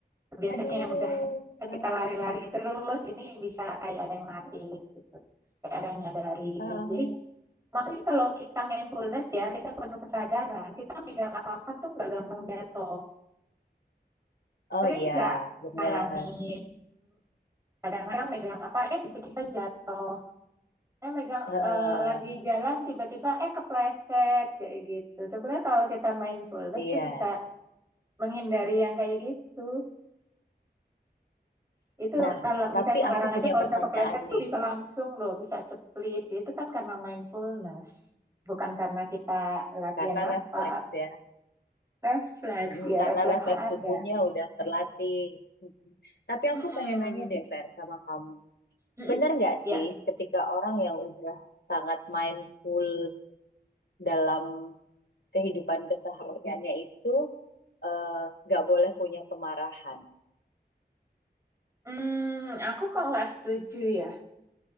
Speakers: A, on the right (about 15°); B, on the left (about 85°).
A: biasanya
B: Aduh,
A: yang udah
B: keren
A: kita lari-lari
B: banget.
A: terus ini bisa kayak ada yang narik gitu, kayak ada yang nyadarin.
B: Ah,
A: Jadi makanya kalau kita mindfulness ya kita penuh kesadaran, kita megang apa-apa tuh nggak gampang jatuh.
B: oh
A: Sering
B: iya,
A: nggak
B: bener.
A: ngalamin kadang-kadang megang apa eh tiba-tiba jatuh eh megang
B: Heeh,
A: eh, lagi jalan tiba-tiba eh kepleset kayak gitu sebenarnya kalau kita mindfulness
B: iya.
A: tuh bisa menghindari yang kayak gitu Itu
B: Nah,
A: kalau misalnya
B: tapi
A: sekarang
B: aku
A: aja
B: punya
A: kalau
B: pertanyaan
A: bisa kepleset
B: nih,
A: tuh bisa langsung loh, bisa split. Itu kan karena mindfulness, bukan karena kita latihan
B: karena
A: apa.
B: refleks ya,
A: <laughs> Refleks,
B: Mm-mm,
A: ya
B: karena
A: refleksnya
B: refleks
A: ada.
B: tubuhnya udah terlatih. Mm-mm. Tapi
A: Mm-mm.
B: aku pengen nanya deh, Fer, sama kamu.
A: Mm-mm.
B: Bener nggak
A: Ya,
B: sih ketika orang yang udah sangat mindful dalam kehidupan kesehariannya itu eh, nggak boleh punya kemarahan?
A: Hmm, aku kok nggak setuju ya.